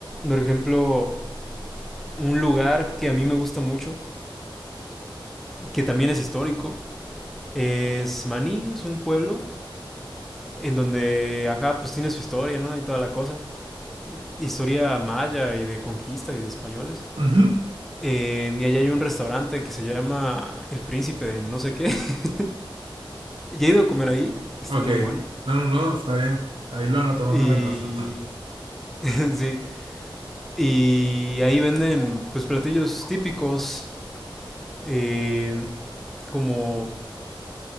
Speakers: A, in the centre; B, on the right.
A: por ejemplo, un lugar que a mí me gusta mucho, que también es histórico, es Maní, es un pueblo en donde, ajá, pues tiene su historia, ¿no? Y toda la cosa. Historia maya y de conquista y de españoles.
B: ujú,
A: Eh, y allá hay un restaurante que se llama El Príncipe de no sé qué. <laughs> Ya he ido a comer ahí, está
B: Ok.
A: muy bueno.
B: No, no, no, está bien. Ahí lo anoto más
A: Y...
B: o menos. <laughs>
A: <laughs> sí. Y ahí venden pues platillos típicos eh, como